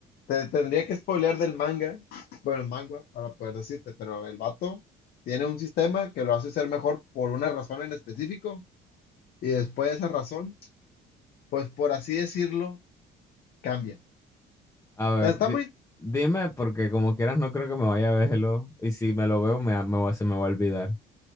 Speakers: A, on the left; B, on the left.
A: te tendría que spoilear del manga, bueno, manga, para poder decirte, pero el vato tiene un sistema que lo hace ser mejor por una razón en específico y después de esa razón, pues por así decirlo, cambia.
B: A
A: O
B: ver,
A: sea, está
B: di-
A: muy,
B: dime, porque como quieras no creo que me vaya a verlo. Y si me lo veo, me, me va- se me va a olvidar.